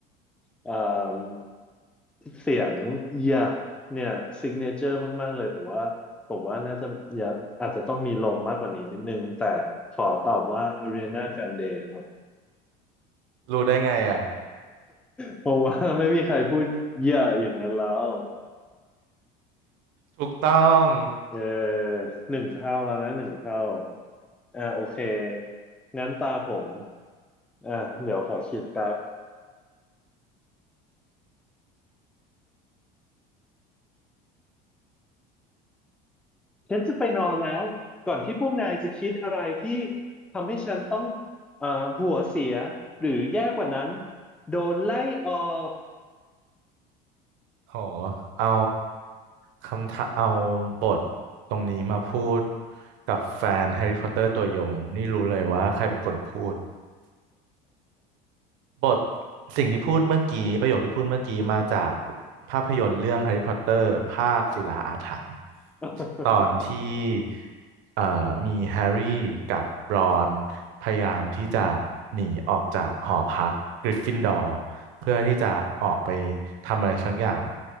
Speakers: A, in the centre; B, on the right.
A: เอ่อ เสียงเอียเนี่ยซิกเนเจอร์มากๆเลยแต่ว่าผมว่าน่าจะอย่าอาจจะต้องมีลมมากกว่านี้นิดนึงแต่ขอตอบว่า Ariana Grande ครับ
B: รู้ได้ไงอ่ะ
A: เพราะว่าไม่มีใครพูดเยอะอย่างนั้นแล้ว
B: ถูกต้อง
A: เออหนึ่งเท่าแล้วนะหนึ่งเท่าอ่าโอเคงั้นตาผมอ่าเดี๋ยวขอคิดแป๊บฉันจะไปนอนแล้วก่อนที่พวกนายจะคิดอะไรที่ทำให้ฉันต้องเอ่อหัวเสียหรือแย่กว่านั้นโดนไล่ออก
B: โหเอาคำถาเอาบทตรงนี้มาพูดกับแฟนแฮร์รี่พอตเตอร์ตัวยงนี่รู้เลยว่าใครเป็นคนพูด บทสิ่งที่พูดเมื่อกี้ประโยคที่พูดเมื่อกี้มาจากภาพยนตร์เรื่องแฮร์รี่พอตเตอร์ภาคศิลาอาถรรพ์
A: <laughs>
B: ตอนที่เอ่อมีแฮร์รี่กับบรอนพยายามที่จะหนีออกจากหอพักกริฟฟินดอร์เพื่อที่จะออกไปทำอะไรสักอย่าง